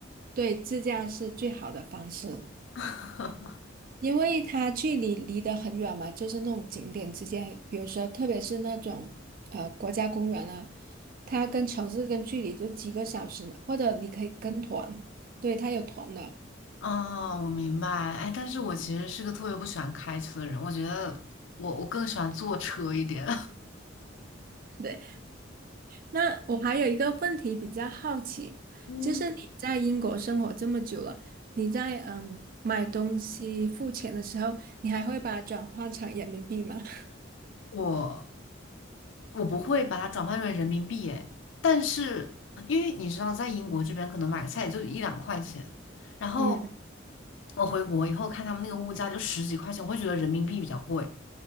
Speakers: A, on the right; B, on the left.
A: 对，自驾是最好的方式。
B: <laughs>
A: 因为它距离离得很远嘛，就是那种景点之间，比如说特别是那种呃国家公园啊，它跟城市跟距离就几个小时呢，或者你可以跟团，对，它有团的。
B: 哦，我明白。哎，但是我其实是个特别不喜欢开车的人，我觉得我我更喜欢坐车一点。
A: 对，那我还有一个问题比较好奇，
B: <laughs> 嗯，
A: 就是你在英国生活这么久了，你在嗯买东西付钱的时候，你还会把它转换成人民币吗？<laughs>
B: 我我不会把它转换成人民币诶，但是因为你知道，在英国这边可能买个菜也就一两块钱，然后
A: 嗯。
B: 我回国以后看他们那个物价就十几块钱，我会觉得人民币比较贵。